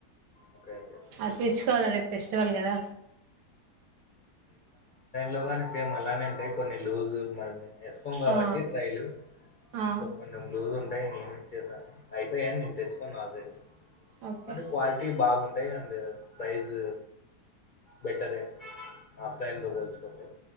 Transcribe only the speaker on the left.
ఓకే ఓకే
లోగానే సేమ్ అలానే అంటే కొన్ని లూజ్ మళ్ళిే వేసుకోం కాబట్టి
ట్రైలు
సో కొంచెం లూజ్ ఉన్ టైనిమి చేసా అయిపోయాయని నేను తెచ్చుకున్న ఆల్రెడీ
అండ్ క్వాలి బాగుంటాయి అండి ప్రైజ్ బెటరే ఆఫ్లైన్ లో పోల్చుకుంటే